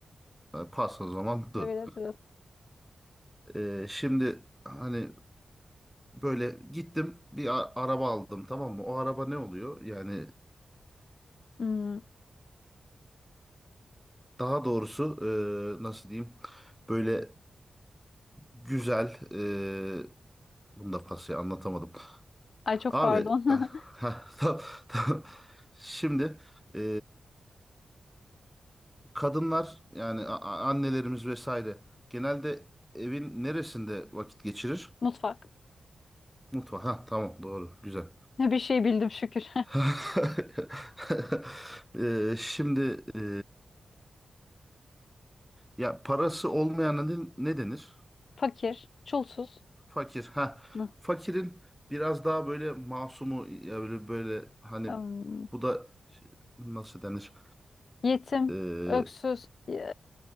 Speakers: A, in the centre; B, on the left.
A: Ha, Pas o zaman dur.
B: Evet, evet.
A: Ee, şimdi hani böyle gittim bir a- araba aldım tamam mı? O araba ne oluyor? Yani
B: Hmm.
A: Daha doğrusu e, nasıl diyeyim? Böyle güzel e, bunu da pası anlatamadım.
B: Ay çok
A: Abi
B: pardon. <laughs>
A: ah, heh, tam- tam. <laughs> Şimdi e, kadınlar yani a- a- annelerimiz vesaire genelde evin neresinde vakit geçirir?
B: Mutfak.
A: Mutfağı. Ha tamam doğru güzel.
B: <laughs> Bir şey bildim şükür.
A: <laughs> E, şimdi e, ya parası olmayana ne ne denir?
B: <laughs> Fakir, çulsuz,
A: Fakir. Ha.
B: Hı.
A: Fakirin biraz daha böyle masumu ya böyle böyle hani
B: Am,
A: bu da nasıl denir?
B: yetim,
A: Ee,
B: öksüz. <laughs>